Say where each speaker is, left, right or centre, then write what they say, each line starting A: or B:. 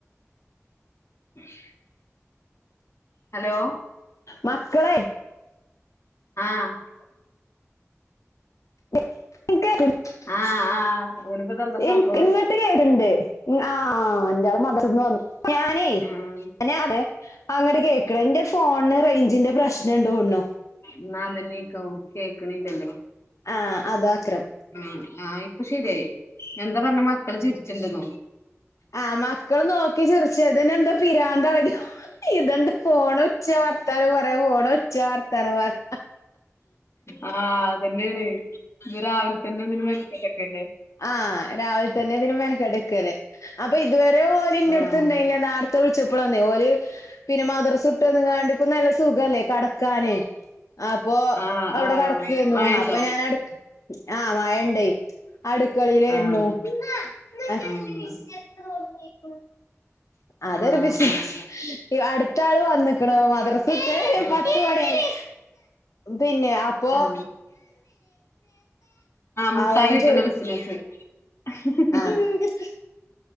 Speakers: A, on the left; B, on the left.
A: <inaudible> ഹലോ
B: മക്കളെ
A: ആഹ്
B: <inaudible> <unintelligible>
A: ആഹ് ആഹ് ഓനിപ്പതെന്താ സംഭവം
B: ഇങ്ങട്ട് കേറ്ണ്ട്. ആഹ്, ആഹ് ഇന്റാള് മദ്രസ്‌ വന്നു. ഞാനേ
A: ആഹ്
B: അതെ അങ്ങട്ട് കേ ക്ക്ണ് ഇന്റെ ഫോണ്ന് റൈഞ്ചിന്റെ പ്രശ്നണ്ട് തോന്ന്ണ്.
A: ഇന്നാ അതെന്നേക്കും കേക്ക് ണില്ലല്ലോ.
B: ആഹ് അതാക്രം
A: ഉം, ആ ഇപ്പ ശെരിയായി. എന്താ പറഞ്ഞേ മക്കള് ചിരിച്ചിണ്ടെന്നോ?
B: ആ, മക്കള് നോക്കി ചിറിച്ച് ഇതിന് എന്താ പിരാന്തായോ? ഇതെന്താ ഫോണ് വിളിച്ച് വർത്താനം പറയ്, ഫോണ് വിളിച്ച് വർത്താനം പറയ്
A: ആ അതെന്നെ ആണ്. ഇത് രാവിലെ തന്നെ ഇതിന് മെനെക്കെട്ന്നെല്ലേ.
B: ആ, രാവിലെ തന്നെ ഇതിന് മെനെക്കെട്ട് നിക്ക്ലേ, അപ്പൊ ഇതുവരെ ഓല് ഇന്റെ
A: ആഹ്
B: അട്ത്ത് ഇണ്ടായിനിയതാ നേര് ത്ത വിളിച്ചപ്പളാന്നേ ഓല് പിന്നെ, മദർസ് വിട്ട് വന്ന്ക്കാണ്ട് ഇപ്പ നല്ല സുഖല്ലേ കടക്കാന്. അപ്പൊ
A: ആഹ്
B: അവിടെ
A: ആഹ്
B: കടക്കേര്ന്നു.
A: മഴയുണ്ടോ
B: അപ്പ ഞാന് <unintelligible> ആ മഴ ഇണ്ടേ. അട്ക്കളേലേര്ന്നു.
A: ആഹ്
B: <unintelligible>
A: ആഹ്
B: അതൊരു
A: ആഹ്
B: ബിസിനസ് അടുത്ത ആള് വന്നിക്ക്ണ മദ്രസ്ത്തെ
A: ആഹ്
B: പത്ത് മണിയായി.
A: <inaudible>
B: പിന്നെ അപ്പൊ
A: ആഹ് ആ മുട്ടായി
B: ആഹ് ഓൻ
A: കിട്ട്ണ
B: ചോയ്
A: ബിസിനസ്സ്. ഹ് ഹ് ഹ് ഹ്
B: <inaudible>